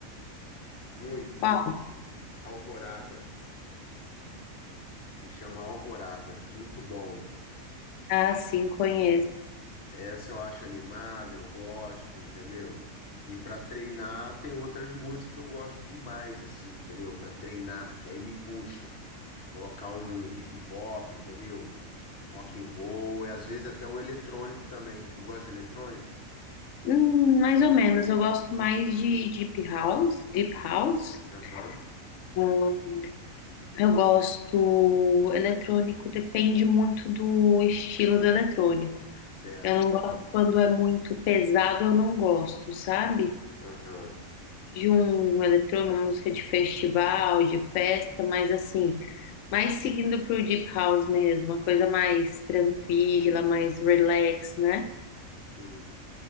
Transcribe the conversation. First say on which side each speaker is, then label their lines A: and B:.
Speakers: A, on the left; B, on the left.
A: Muito,
B: Qual?
A: muito. Alvorada. Se chama Alvorada. Muito bom.
B: Ah, sim, conheço.
A: Essa eu acho animada, eu gosto, entendeu? E para treinar tem outras músicas que eu gosto demais, assim, entendeu? Para treinar, que aí me puxa. Colocar um hip hop, entendeu? Um rock and roll e às vezes até um eletrônico também. Tu gosta de eletrônico?
B: Hum, mais ou menos. Eu gosto mais de Deep House. Deep House.
A: Aham,
B: Hum, Eu gosto eletrônico, depende muito do estilo do eletrônico.
A: certo.
B: Eu não gosto quando é muito pesado, eu não gosto, sabe?
A: Aham,
B: De um eletrônico, uma música de festival, de festa, mas assim. Mais seguindo pro Deep House mesmo, uma coisa mais tranquila, mais relax, né?
A: sim.